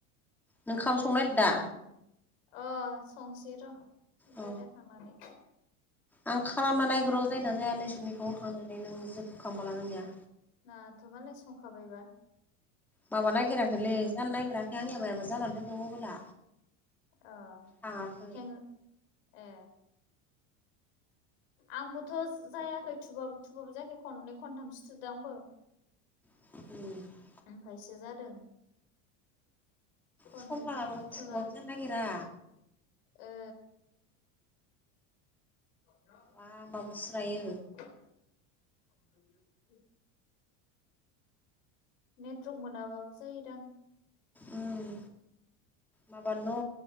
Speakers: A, in the centre; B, on the left.
A: नों खाम संनाय दा
B: अ संसै र' दा
A: अ
B: रायलायखांनानै
A: आं खालामना
B: संनि
A: नागन र' जायना जाया नैसोरनिखौ होखांनानै नों जोबखांबला नोंनिया
B: नोंहाथ मालाय संखाबायबा
A: माबा नायागिराखोलै जानो नागिराखै आंनिया मायबा जानानै दोङो मबाइला
B: अ
A: थाङाखै
B: हें ए आंबोथ' जायाखै थुबाबो थुबाबो जायाखै खननै खनथामसो थुदों आंबो
A: <inaudible>
B: ओमफायसो जादों खननै
A: सम लागाबाबो
B: खनथाम फोनां
A: थुबाबो जानो नागिरा
B: ओ <unintelligible>
A: बा माबासोलायो
B: <inaudible> नेटवर्क मोनाबाबो जायो
A: उम माबा न'